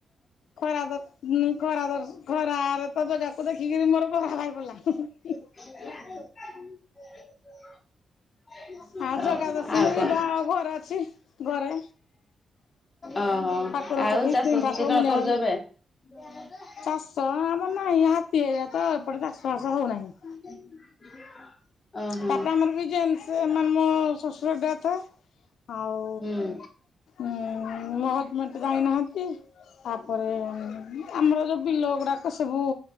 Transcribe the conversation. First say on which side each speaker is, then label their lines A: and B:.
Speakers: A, on the left; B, on the left.
A: ଖରା ଦ, ଖରା ଦ, ଖରାରେ ତ ଜାଗାକୁ ଦେଖିକିରି ମୋର ବଘା ଭାରିପଡ଼ିଲା।
B: <inaudible>
A: ହା ଜଗା ଦର୍ଶନ
B: ଆଉ କଣ।
A: ଯିବା ଆଉ ଘରେ ଅଛି ଘରେ
B: ଓହୋ
A: ଠାକୁର
B: ଆଉ
A: ଚପେଇ
B: ଚାଷ
A: ତିନି
B: ପୁଷି
A: ଠାକୁର
B: କଣ
A: ମୁଣ୍ଡିଆ
B: କରୁଚ
A: ମାରିଲି।
B: ଏବେ? <unintelligible>
A: ଚାଷ ଆମର ନାହିଁ ହାତୀ ହରିଆତ ଏପଟେ ଚାଷ ବାଷ ହଉନାହିଁ।
B: <inaudible> ଓହୋ।
A: ତାପରେ ଆମରବି ଯେନ୍୍ସ ସେମାନେ ମୋ ଶଶୁର ଡେଥ୍ ଆଉ
B: ହୁଁ
A: ମୋ ହଜ଼ବେଣ୍ତ ଯାଇନାହାନ୍ତି ତାପରେ ଆମର ଯଉ ବିଲ ଗୁଡ଼ାକ ସବୁ